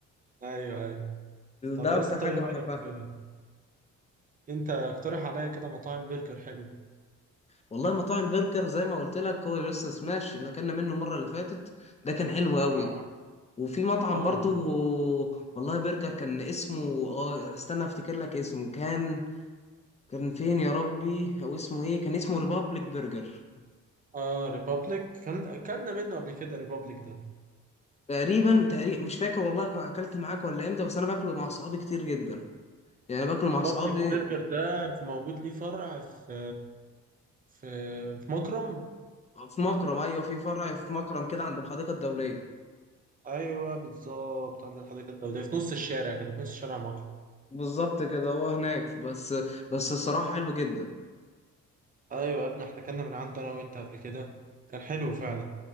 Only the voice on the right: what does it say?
ايوه ايوه طب
يا
اسطى
ايه
رايك انت اقترح عليا كده مطاعم برجر حلو
اه
اه
اه ريبابليك كان اكلنا منه قبل كده ريبابليك ده
ريبابليك
برجر ده موجود ليه فرع في في في مكرم
ايوه بالظبط عند الحديقه الدوليه في نص الشارع كده في نص شارع مكرم
ايوه يا ابني احنا اكلنا من عنده انا وانت قبل كده كان حلو فعلا